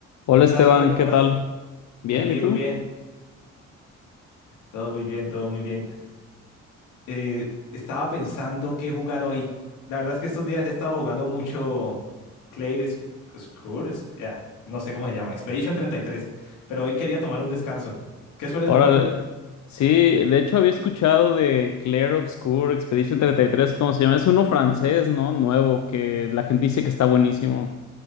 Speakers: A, on the left; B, on the left.
A: Hola
B: ¿Qué
A: Esteban,
B: tal, Samuel? ¿Cómo
A: ¿qué
B: vas?
A: tal? Bien,
B: Muy bien,
A: ¿y tú?
B: muy bien. Todo muy bien, todo muy bien. Eh, estaba pensando qué jugar hoy. La verdad es que estos días he estado jugando mucho Clair Score, no sé cómo se llama, Expedition treinta y tres. pero hoy quería tomar un descanso. ¿Qué sueles
A: Ahora,
B: jugar tú?
A: sí, de hecho había escuchado de Clair Obscur, Expedition treinta y tres, ¿cómo se llama? Es uno francés, ¿no? Nuevo, que la gente dice que está buenísimo.